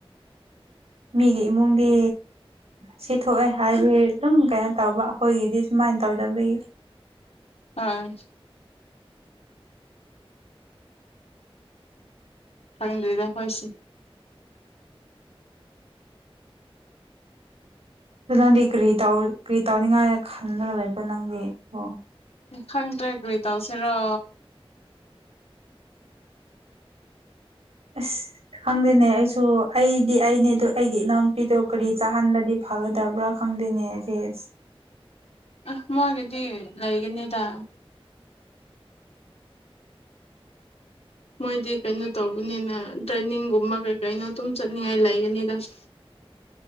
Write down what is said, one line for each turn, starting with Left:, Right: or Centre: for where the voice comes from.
Right: ꯃꯤꯒꯤ ꯏꯃꯨꯡꯗꯤ ꯁꯤ ꯊꯣꯛꯑꯦ ꯍꯥꯏꯗꯤ ꯑꯗꯨꯝ ꯀꯩꯅꯣ ꯇꯧꯕ ꯑꯩꯈꯣꯏꯒꯤꯗꯤ ꯁꯨꯃꯥꯏꯅ ꯇꯧꯗꯕꯒꯤ
Left: ꯑꯣꯏ ꯈꯪꯗ꯭ꯔꯤꯗ ꯑꯩꯈꯣꯏꯁꯦ
Right: ꯑ ꯅꯪꯗꯤ ꯀꯔꯤ ꯀꯔꯤ ꯇꯧꯅꯤꯡꯉꯥꯏ ꯈꯜꯂꯒ ꯂꯩꯕꯣ ꯅꯪꯗꯤ ꯑꯣ
Left: ꯈꯪꯗ꯭ꯔꯦ ꯀꯣꯏ ꯇꯧꯁꯤꯔꯣ
Right: ꯑꯁ ꯈꯪꯗꯦꯅꯦ ꯑꯩꯁꯨ ꯑꯩꯗꯤ ꯑꯩꯅꯦ ꯑꯗꯨꯣ ꯑꯩꯒꯤ ꯏꯅꯥꯎꯅꯨꯄꯤꯗꯣ ꯀꯔꯤ ꯆꯥꯍꯜꯂꯗꯤ ꯐꯥꯒꯗꯕ꯭ꯔꯥ ꯈꯪꯗꯦꯅꯦ ꯐꯦꯁ
Left: ꯑ ꯃꯥꯒꯤꯗꯤ ꯂꯩꯒꯅꯤꯗ ꯃꯣꯏꯗꯤ ꯀꯩꯅꯣ ꯇꯧꯕꯅꯤꯅ ꯗ꯭ꯔꯦꯟꯅꯤꯡꯒꯨꯝꯕ ꯀꯩ ꯀꯩꯅꯣ ꯑꯗꯨꯝ ꯆꯠꯅꯤꯡꯉꯥꯏ ꯂꯩꯒꯅꯤꯗ <inaudible>